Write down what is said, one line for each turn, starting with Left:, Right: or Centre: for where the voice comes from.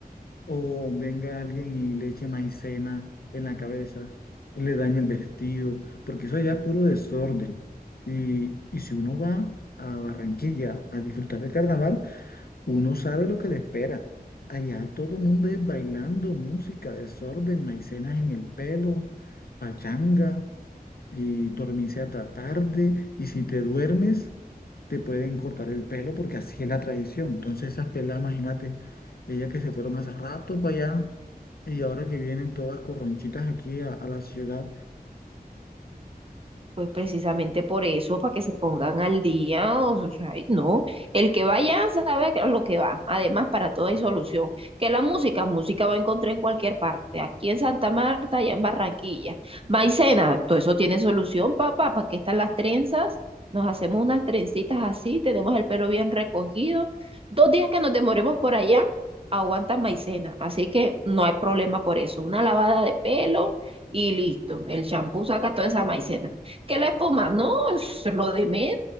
Left: O venga alguien y le eche maicena en la cabeza, y le dañe el vestido, porque eso allá es puro desorden. Y, y si uno va a Barranquilla a disfrutar del carnaval, uno sabe lo que le espera. Allá todo el mundo es bailando música, desorden, maicenas en el pelo, pachanga, y dormirse hasta tarde. Y si te duermes, te pueden cortar el pelo porque así es la tradición. Entonces esas pelas, imagínate, ellas que se fueron hace rato para allá y ahora que vienen todas corronchitas aquí a, a la ciudad,
Right: Pues precisamente por eso, para que se pongan al día, o sea, ay, no, el que vaya sabe a lo que va. Además, para todo hay solución. Que la música, música va a encontrar en cualquier parte, aquí en Santa Marta, allá en Barranquilla. Maicena, todo eso tiene solución, papá, ¿para qué están las trenzas? Nos hacemos unas trencitas así, tenemos el pelo bien recogido. Dos días que nos demoremos por allá, aguantan Maicena, así que no hay problema por eso. Una lavada de pelo y listo, el champú saca toda esa maicena que la espuma, no, es lo de menos.